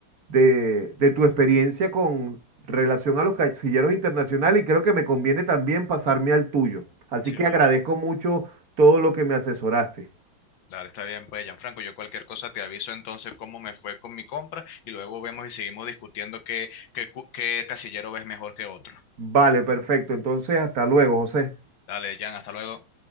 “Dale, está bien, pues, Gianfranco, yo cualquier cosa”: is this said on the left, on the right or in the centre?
Left